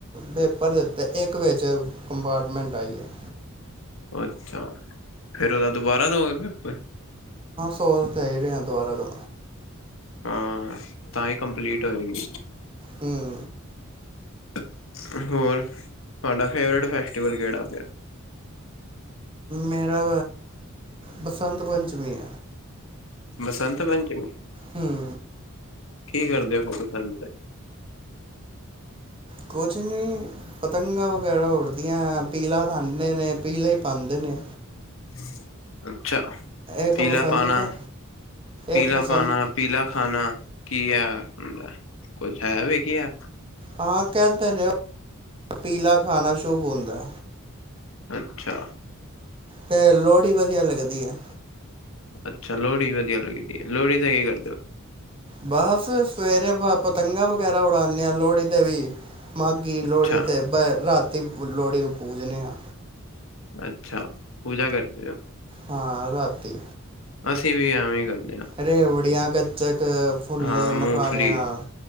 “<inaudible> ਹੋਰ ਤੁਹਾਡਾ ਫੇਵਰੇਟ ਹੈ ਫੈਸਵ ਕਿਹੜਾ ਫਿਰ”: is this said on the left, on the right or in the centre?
Left